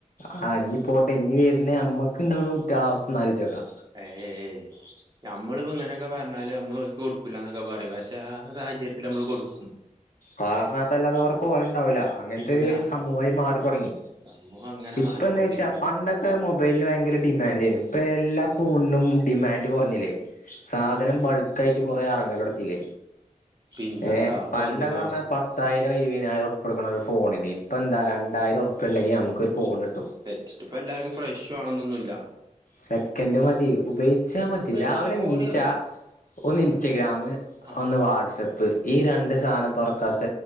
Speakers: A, on the left; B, on the right.
A: ആഹ് ഇനി പോട്ടെ ഇനി വെര്ണ ഞമ്മക്ക് ഇണ്ടാവണ കുട്ടികള അവസ്ഥ ഒന്നാലോയിച്ചോക്കാ
B: ഏയ് ഞമ്മളിപ്പോ ഇങ്ങനെയൊക്കെ പറഞ്ഞാലു നമ്മള് ഓലിക്ക് കൊടുക്കൂലന്നൊക്കെ പറയും പക്ഷെ ആ സാഹചര്യത്തിൽ നമ്മള് കൊടുക്കും
A: കാരണം അതല്ലാതെ <unintelligible> ഉണ്ടാവൂല്ല അങ്ങനത്തെ
B: ഇല്ല
A: ഒരു സമൂഹായി മാറി തൊടങ്ങി
B: സംഭവം അങ്ങനെ
A: ഇപ്പ
B: മാറിക്കൊണ്ടിരിക്കാണ്
A: എന്താ ചോയിച്ചാ പണ്ടൊക്ക് ക്കെ മൊബൈലിന് ഭയങ്കര ഡിമാൻഡ് ആയിനു ഇപ്പൊ എല്ലാ ഫോണിനും ഡിമാൻഡ് കൊറഞ്ഞില്ലേ സാധനം ബൾക്ക് ആയിട്ട് കൊറെ അറങ്ങലടത്തില്ലേ
B: പിന്നെന്താ
A: ഏഹ്
B: ഇപ്പൊ
A: പണ്ടക്കെ
B: എന്തുവാ
A: പത്തായിരോ ഇരുപതിനായിരോ ഉറുപ്പ്യ കൊടുക്കണം ഒരു ഫോണിണ്ട് ഇപ്പൊ എന്താ രണ്ടായിരം ഉറുപ്പ്യ ഇണ്ടെങ്കിൽ നമ്മക്കൊരു ഫോണ് കിട്ടും.
B: ഇത് ഇപ്പ എല്ലാർക്കും ഫ്രഷ് വേണന്നൊന്നൂല്ല
A: സെക്കൻഡ് മതി ഉപയോഗിച്ചാ മതി
B: ഉപയോഗിച്ചാ
A: രാവിലെ
B: ഓടിയാ
A: നീച്ചാ
B: മതി
A: ഒന്ന് ഇൻസ്റ്റഗ്രാമ്
B: ആ
A: ഒന്ന് വാട്സ്ആപ്പ് പ്പ് ഈ രണ്ട് സാധനം തൊറക്കാത്ത